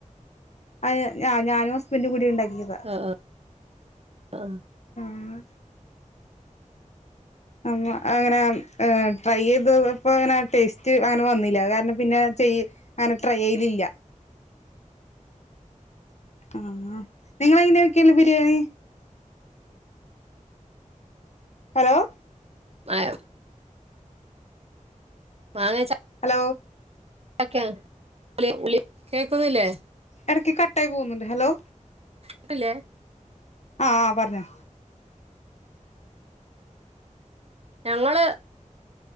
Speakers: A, on the left (about 55°); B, on the right (about 50°).
A: അയ് ഞ ഞാനും ഹസ്ബെന്റും കൂടി ഇണ്ടാക്കി ക്കിയെതാ
B: ആ ആ
A: ആഹ് അമ്മ അങ്ങനെ അം ഏ ട്രൈ ചെയ്തെപ്പോ അങ്ങനെ ടേസ്റ്റ് അങ്ങനെ വന്നില്ല അത് കാരണം പിന്നെ ചെയ്യ് അങ്ങനെ ട്രൈ ചെയ്യെൽ ഇല്ല ആഹ് അ നിങ്ങൾ എങ്ങനെ വെക്കല്ല് ബിരിയാണി? ഹലോ
B: മായം മാങ്ങെച്ചാ
A: ഓ
B: <unintelligible> കേക്കുന്നില്ലെ?
A: എടെക്ക് കട്ടായി പോവ്ന്ന് ഇണ്ട്. ഹലോ
B: ഇപ്പ ഇല്ലെ?
A: ആഹ് ആഹ് പർഞ്ഞോ?
B: ഞങ്ങെൾ